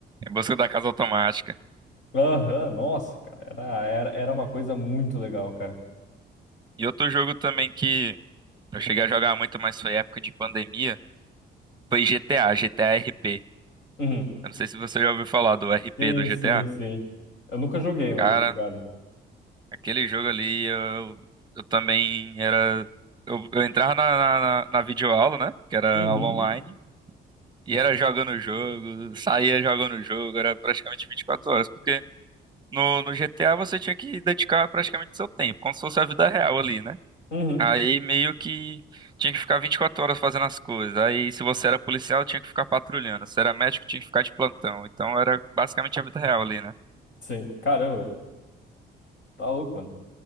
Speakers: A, on the right; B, on the left.
A: em busca da casa automática.
B: Aham, nossa, cara. Era, era, era uma coisa muito legal, cara.
A: E outro jogo também que. Eu cheguei a jogar muito, mas foi época de pandemia. Foi GTA, GTA RP.
B: Uhum.
A: Eu não sei se você já ouviu falar do RP
B: Sim,
A: do GTA.
B: sim, sim. Eu nunca joguei, mas
A: Cara,
B: eu tô ligado.
A: aquele jogo ali, eu, eu também era. Eu, eu entrava na, na, na na videoaula, né? Que era
B: Uhum.
A: aula online. E era jogando o jogo, saía jogando o jogo, era praticamente 24 horas. Porque no, no GTA você tinha que dedicar praticamente seu tempo, como se fosse a vida real ali, né?
B: Uhum.
A: Aí meio que tinha que ficar 24 horas fazendo as coisas. Aí se você era policial, tinha que ficar patrulhando. Se era médico, tinha que ficar de plantão. Então era basicamente a vida real ali, né?
B: Sim. Caramba, tá louco, mano.